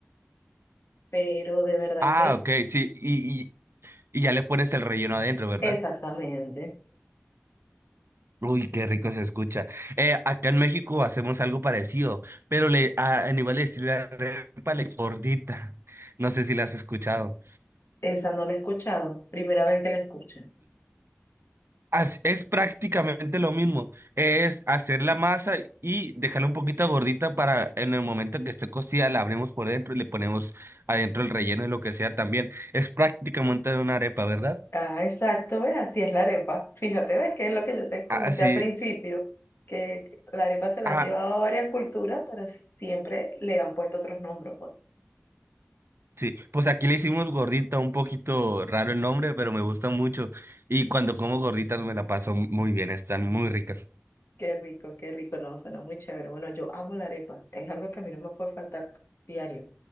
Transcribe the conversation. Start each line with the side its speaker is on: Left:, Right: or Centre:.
Left: Pero de verdad
Right: Ah,
Left: que
Right: ok, sí. Y, y, y ya le pones el relleno adentro, ¿verdad?
Left: exactamente,
Right: Uy, qué rico se escucha. Eh, acá en México hacemos algo parecido, pero le, a, en igual le decimos la arepa, le gordita. No sé si la has escuchado.
Left: esa no la he escuchado, primera vez que la escucho.
Right: As- Es prácticamente lo mismo, es hacer la masa y dejarla un poquito gordita para en el momento que esté cocida la abrimos por dentro y le ponemos adentro el relleno y lo que sea también. Es prácticamente una arepa, ¿verdad?
Left: Ah, exacto, ¿ves? Así es la arepa. Fíjate, ¿ves? Que es lo que yo te comenté
Right: Ah, sí,
Left: al principio, que la arepa se la
Right: ah,
Left: han llevado a varias culturas, pero siempre le han puesto otros nombres. pues.
Right: sí. Pues aquí le hicimos gordita, un poquito raro el nombre, pero me gusta mucho y cuando como gorditas me la paso muy bien, están muy ricas.
Left: Qué rico, qué rico, no, suena muy chévere. Bueno, yo amo la arepa, es algo que a mí no me puede faltar diario.